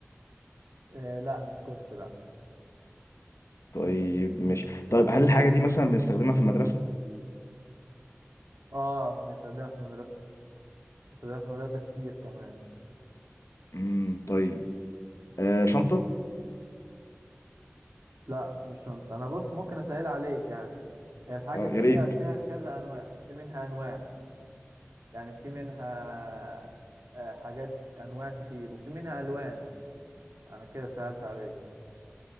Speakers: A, on the right; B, on the left.
A: آه، لا مش كورس لا
B: طيب ماشي طيب هل الحاجة دي مثلا بنستخدمها في المدرسة
A: اه بنستخدمها في المدرسة بنستخدمها في المدرسة كتير كمان
B: مم. طيب آه شنطة
A: لا مش شنطة أنا بص ممكن أسهل عليك يعني هي الحاجة
B: اه
A: دي
B: يا ريت
A: فيها كذا أنواع في منها أنواع يعني في منها آه، حاجات أنواع كتير وفي منها ألوان أنا كده سهلت عليك